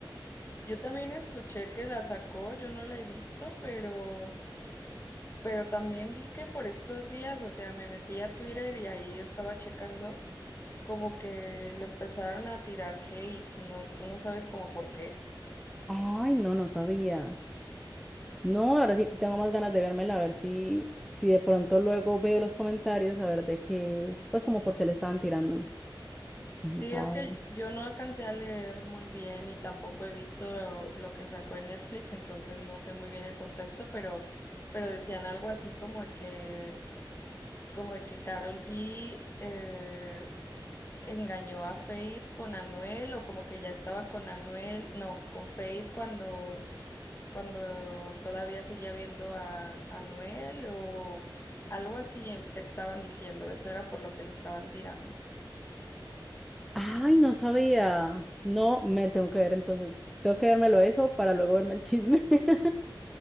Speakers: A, on the left; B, in the centre.
A: Yo también escuché que la sacó, yo no la he visto, pero, pero también vi que por estos días, o sea, me metí a Twitter y ahí estaba checando. como que le empezaron a tirar hate, no, tú no sabes como por qué.
B: Ay, no, no sabía. No, ahora sí tengo más ganas de vérmela, a ver si, si de pronto luego veo los comentarios, a ver de qué, pues como por qué le estaban tirando. ¿Quién
A: Sí,
B: sabe?
A: es que yo no alcancé a leer muy bien y tampoco he visto lo, lo que sacó en Netflix, entonces no sé muy bien el contexto, pero, pero decían algo así como de que, como de que Karol G eh, engañó a Fate con Anuel, o como que ya estaba con Anuel, no, con Fate cuando cuando todavía seguía viendo a, a Noel o algo así em- estaban diciendo, eso era por lo que le estaban tirando.
B: Ay, no sabía. No, me lo tengo que ver entonces. Tengo que vérmelo eso para luego verme el chisme. <laughs>